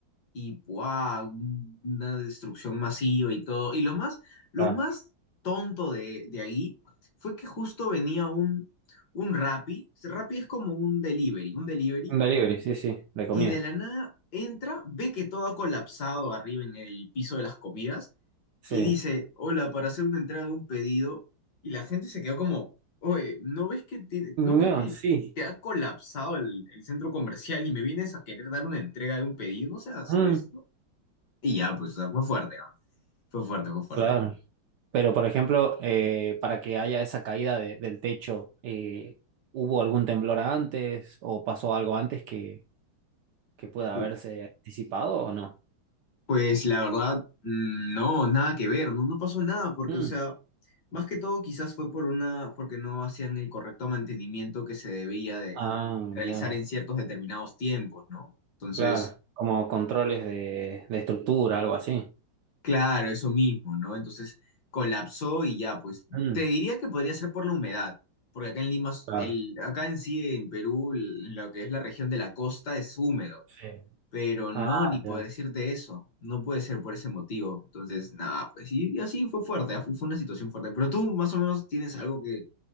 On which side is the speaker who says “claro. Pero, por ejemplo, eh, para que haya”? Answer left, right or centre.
Right